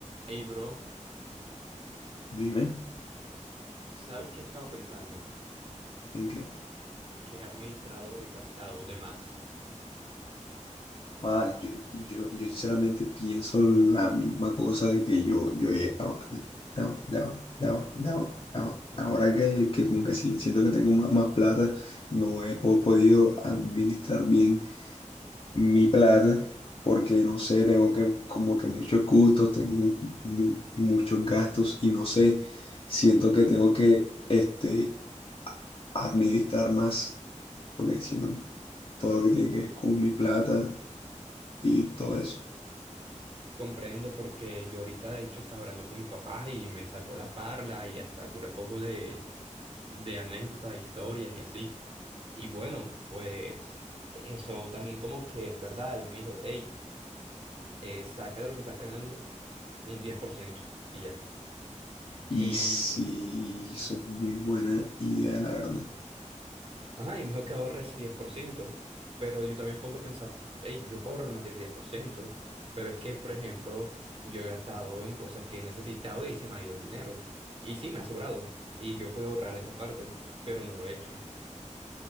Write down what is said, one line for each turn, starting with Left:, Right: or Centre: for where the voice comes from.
Right: Hey, bro,
Left: Dime,
Right: ¿sabes qué he estado pensando?
Left: ¿en qué?
Right: Que he administrado y gastado de más.
Left: Ah, yo, yo, yo sinceramente pienso la misma cosa de que yo, yo he, ahora, ahora, ahora, ahora- ahora- ahora que, que como que sí, siento que tengo más, más plata, no he po- podido administrar bien mi plata porque no sé, tengo que como que muchos gustos, tengo mu- muchos gastos y no sé, siento que tengo que este, administrar más, porque siento todo lo que tiene que ver con mi plata. y todo eso.
Right: Comprendo porque yo ahorita de hecho estaba hablando con mi papá y me sacó la parla y hasta cura poco de, de anécdotas, historias y así. Y bueno, pues eso también como que es verdad, él me dijo, hey, eh, saca de lo que estás ganando un 10% y ya. Mm.
Left: Y
Right: Y
Left: sí, eso es muy buena idea, la verdad.
Right: Ajá, y me dijo que ahorre ese diez por ciento pero yo también pongo a pensar, hey, yo puedo ahorrar más del diez por ciento pero es que, por ejemplo, yo he gastado en cosas que he necesitado y se me ha ido el dinero, y sí me ha sobrado, y yo puedo ahorrar esa parte, pero no lo he hecho.